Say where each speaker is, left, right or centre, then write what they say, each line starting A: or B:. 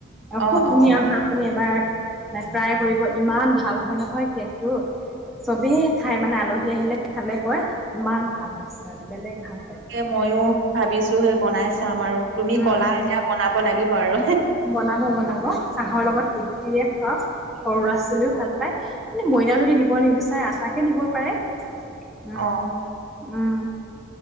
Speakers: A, on the right (about 65°); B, in the centre.
A: অ',
B: খুব ধুনীয়া
A: অ',
B: হয়। আপুনি এবাৰ ট্ৰাই কৰিব ইমান ভাল হয় নহয় কেকটো চবেই খাই মানে আলহী আহিলে খালে কয় ইমান ভাল হৈছে মানে বেলেগ ভাল হয়।
A: মইয়ো ভাবিছোঁ সেই বনাই চাম আৰু তুমি
B: উম
A: কলা
B: উম
A: এতিয়া বনাব লাগিব আৰু।
B: বনাব, বনাব। চাহৰ লগত তৃপ্তিৰে খাওঁক। সৰু লৰা ছোৱালীৱেও ভাল পায় ময়দা যদি দিব নিবিচাৰে আটাকে দিব পাৰে। উম,
A: অ'।
B: উম।